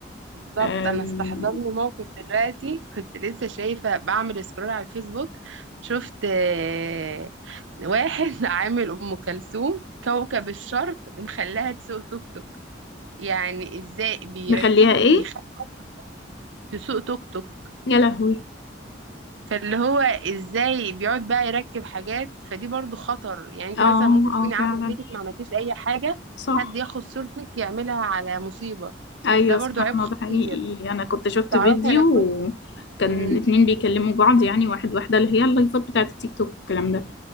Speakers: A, on the right; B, on the left.
A: بالظبط
B: آم،
A: انا استحضرني موقف دلوقتي كنت لسه شايفه بعمل سكرول على الفيسبوك شفت آه، واحد <laughs> عامل ام كلثوم كوكب الشرق مخليها تسوق توك توك يعني ازاي بيركبوا
B: مخليها ايه
A: بيخلوا تسوق توك توك
B: يا لهوي
A: فاللي هو ازاي بيقعد بقى يركب حاجات فدي برضو خطر يعني انت
B: اه
A: مثلا ممكن تكوني
B: اه
A: قاعده
B: فعلا
A: في بيتك ما عملتيش اي حاجه
B: صح
A: حد ياخد صورتك يعملها على مصيبه
B: ايوه
A: ده برضو
B: سبحان
A: عيب
B: الله
A: خطير
B: ده حقيقي انا كنت شفت
A: تعرفي
B: فيديو
A: انا كنت
B: وكان
A: امم
B: اتنين بيكلموا بعض يعني واحد واحده اللي هي اللايفات بتاعت التيك توك والكلام ده